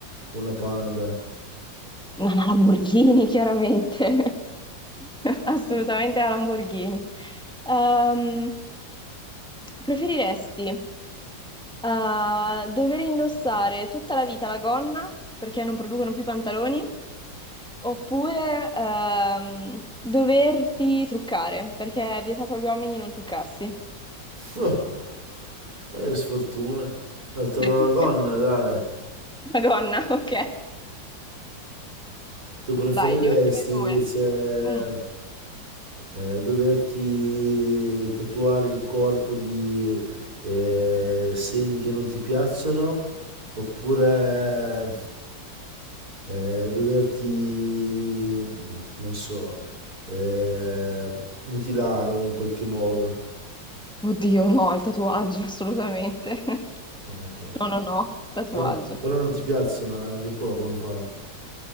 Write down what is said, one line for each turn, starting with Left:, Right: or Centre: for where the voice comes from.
Right: una Panda?
Centre: No, una Lamborghini, chiaramente. <laughs> Assolutamente la Lamborghini. Ehm, Preferiresti eh, dover indossare tutta la vita la gonna perché non producono più pantaloni oppure ehm, doverti truccare perché è vietato agli uomini non truccarsi?
Right: <laughs> Oh, eh, che sfortuna. Eh, te
Centre: <laughs>
Right: la gonna, dai.
Centre: La gonna, ok.
Right: Tu preferiresti
Centre: Vai, le ultime due.
Right: invece
Centre: Mm.
Right: eh, doverti tatuare il corpo di eh, segni che non ti piacciono oppure eh, doverti, mm, non so, eh, mutilare in qualche modo.
Centre: Oddio, no, al tatuaggio, assolutamente. <laughs>
Right: Ok.
Centre: No, no, no, tatuaggio.
Right: Però, però non ti piacciono, eh? Dopo come fai?